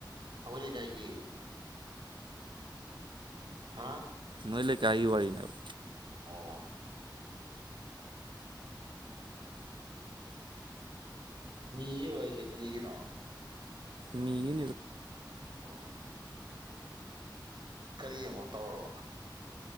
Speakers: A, on the right; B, on the right.
A: ꯑꯩꯈꯣꯏ ꯂꯩꯀꯥꯏꯒꯤ ꯍꯥꯥ
B: ꯅꯣꯏ ꯂꯩ ꯀꯥꯏꯒꯤ ꯋꯥꯔꯤꯅꯦꯕ
A: ꯑꯣ ꯃꯤꯔꯣꯏꯁꯦ ꯀꯔꯤꯒꯤꯅꯣ
B: ꯃꯤꯅꯤ
A: ꯑꯣ ꯀꯔꯤ ꯑꯃꯨꯛ ꯇꯧꯔꯕ